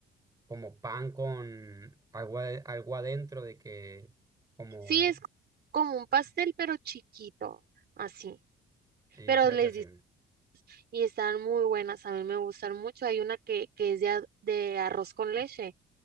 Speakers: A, on the right; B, on the right.
A: como pan con agua, algo adentro de que, como,
B: Sí, es como un pastel, pero chiquito, así.
A: sí,
B: Pero
A: creo
B: les
A: que sí.
B: di- y están muy buenas, a mí me gustan mucho. Hay una que, que es de, a- de arroz con leche